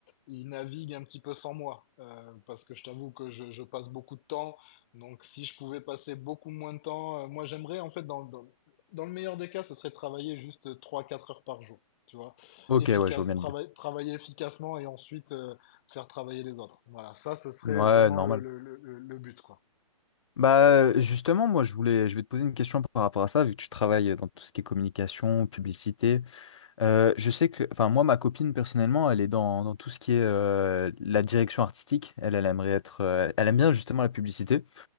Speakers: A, on the left; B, on the left.
A: il navigue un petit peu sans moi, euh, parce que je t'avoue que je, je passe beaucoup de temps. Donc, si je pouvais passer beaucoup moins de temps, euh, moi j'aimerais en fait, dans, dans, dans le meilleur des cas, ce serait de travailler juste trois quatre heures par jour, tu vois,
B: Ok,
A: efficace,
B: ouais, je vois bien
A: trava-
B: l'idée.
A: travailler efficacement et ensuite euh, faire travailler les autres. Voilà, ça, ce serait
B: Ouais,
A: vraiment
B: normal.
A: le, le, le, le le but, quoi.
B: Bah, euh, justement, moi, je voulais, je vais te poser une question par rapport à ça, vu que tu travailles dans tout ce qui est communication, publicité. Euh, je sais que, enfin, moi, ma copine, personnellement, elle est dans, dans tout ce qui est euh, la direction artistique. Elle, elle aimerait être, euh, elle aime bien justement la publicité.